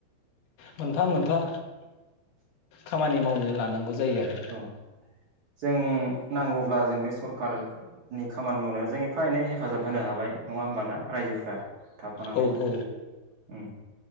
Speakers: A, on the left; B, on the right.
A: मोनफा मोनफा खामानि मावनो लानांगौ। जायो आरो
B: औ जों नांगौब्ला जों बे सरखारनि खामानि मावनायाव जों एफा एनै हेफाजाब होनो हाबाय नङा होमबा ना रायजोफ्रा थाफानानै
A: औ औ
B: उम